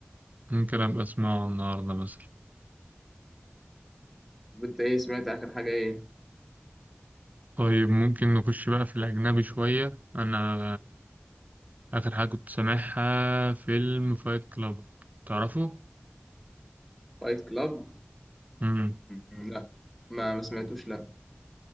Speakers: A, on the right; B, in the centre.
A: ممكن أبقى أسمعه النهاردة مثلا
B: انت ايه سمعت اخر حاجه ايه
A: طيب ممكن نخش بقى في الأجنبي شوية أنا آخر حاجة كنت سامعها فيلم فايت كلاب تعرفه؟
B: فايت كلاب
A: مم.
B: لا ما ما سمعتوش لا